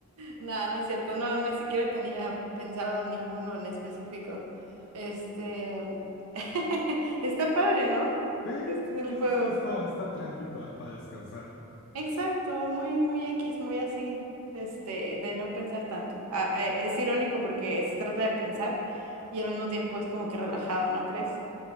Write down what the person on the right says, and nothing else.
No, no es cierto. No, ni siquiera tenía pensado ninguno en específico. Este. <laughs> Está padre, ¿no?
Es el
juego.
Exacto, muy, muy X, muy así, este, de no pensar tanto. Ah, eh, es irónico porque se trata de pensar y al mismo tiempo es como que relajado, ¿no crees?